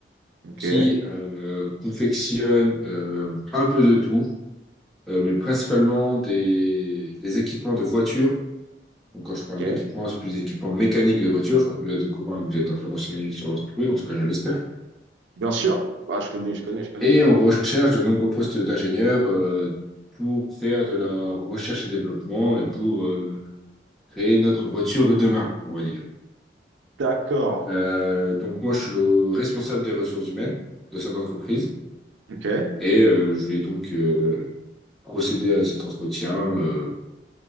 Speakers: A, on the right (about 85°); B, in the centre.
A: Ok,
B: qui euh, confectionne euh, un peu de tout, euh, mais principalement des, des équipements de voitures Donc, quand je
A: ok.
B: parle d'équipement, c'est plus des équipements mécaniques de voiture. Je pense que vous êtes au courant et que vous êtes un peu renseigné sur l'entreprise, en tout cas, je l'espère.
A: Bien sûr. Ah, je connais, je connais, je connais.
B: Et on recherche de nombreux postes d'ingénieurs euh, pour faire de la recherche et développement et pour euh, créer notre voiture de demain, on va dire.
A: D'accord.
B: Euh, donc, moi, je suis le responsable des ressources humaines de cette entreprise
A: Ok.
B: et euh, je vais donc euh, procéder à cet entretien euh,